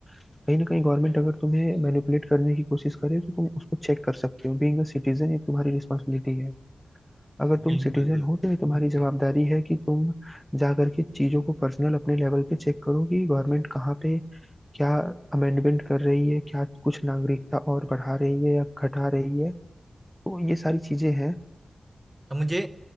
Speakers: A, in the centre; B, on the right.
A: कहीं ना कहीं गवर्नमेंट अगर तुम्हें मैनिपुलेट करने की कोशिश करे तो तुम उसको चेक कर सकते हो बीइंग अ सिटीजन ये तुम्हारी रिस्पॉन्सिबिलिटी है अगर तुम
B: बिल्कुल
A: सिटीजन
B: बिल्कुल
A: हो तो ये तुम्हारी जवाबदारी है कि तुम जा करके चीजों को पर्सनल अपने लेवल पे चेक करो कि गवर्नमेंट कहाँ पे क्या अमेंडमेंट कर रही है क्या कुछ नागरिकता और बढ़ा रही है या घटा रही है तो ये सारी चीजें हैं
B: तो मुझे